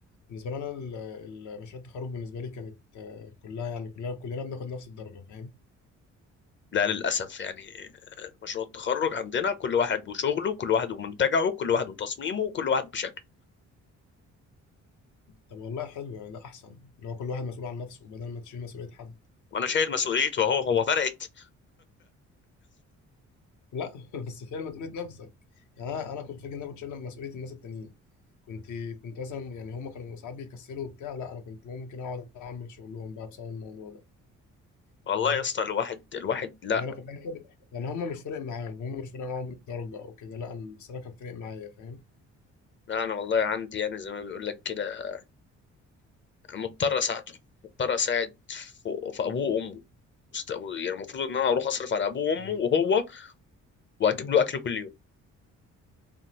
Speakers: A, on the left (about 75°); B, on the left (about 40°).
A: بالنسبة لنا ال- ال- مشاريع التخرج بالنسبة لي كانت آه، كلها يعني كلنا كلنا بناخد نفس الدرجة فاهم؟
B: لا للاسف يعني مشروع التخرج عندنا كل واحد وشغله كل واحد ومنتجعه كل واحد وتصميمه كل واحد بشكله
A: طب والله حلو يعني ده أحسن اللي هو كل واحد مسؤول عن نفسه بدل ما تشيل مسؤولية حد.
B: وانا شايل مسؤوليته اهو هو فرقت
A: لا <laughs> بس فعلا مسؤوليه نفسك يعني انا انا كنت فاكر ان انا كنت شايل مسؤوليه الناس التانيين كنت كنت مثلا يعني هم كانوا ساعات بيكسلوا وبتاع لا انا كنت ممكن اقعد اعمل شغلهم بقى بسبب الموضوع ده فاهمني
B: والله يا اسطى الواحد الواحد لا
A: ان انا في الاخر يعني هم مش فارق معاهم هم مش فارق معاهم الدرجه او كده لا انا بس انا كانت فارق معايا فاهم
B: لا انا والله عندي يعني زي ما بيقول لك كده مضطر اساعده مضطر اساعد في في ابوه وامه مست- يعني المفروض ان انا اروح اصرف على ابوه وامه
A: مم.
B: وهو واجيب له اكل كل يوم